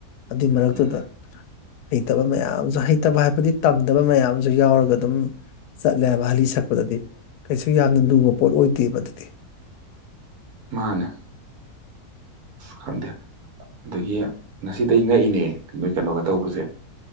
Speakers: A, on the left; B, on the right.
A: ꯑꯗꯨꯏ ꯃꯔꯛꯇꯨꯗ
B: ꯎꯝ
A: ꯍꯩꯇꯕ ꯃꯌꯥꯝꯁꯨ ꯍꯩꯇꯕ ꯍꯥꯏꯕꯗꯤ ꯇꯝꯗꯕ ꯃꯌꯥꯝꯁꯨ ꯌꯥꯎꯔꯒ ꯑꯗꯨꯝ ꯂꯕꯍꯂꯤ ꯁꯛꯄꯗꯗꯤ ꯀꯩꯁꯨ ꯌꯥꯝꯅ ꯂꯨꯕ ꯄꯣꯠ ꯑꯣꯏꯗꯦꯕ ꯑꯗꯨꯗꯤ
B: ꯃꯥꯅꯦ ꯈꯗ ꯑꯗꯒꯤ ꯉꯁꯤꯗꯤ ꯑꯩ ꯉꯛꯏꯅꯦ ꯅꯣꯏ ꯀꯩꯅꯣꯒ ꯇꯧꯕꯁꯦ